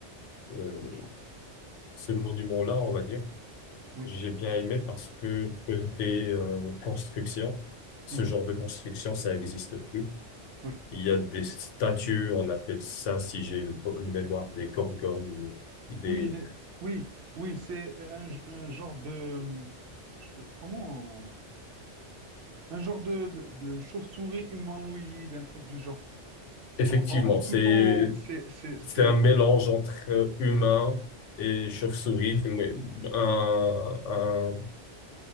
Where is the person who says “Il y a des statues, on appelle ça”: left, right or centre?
Left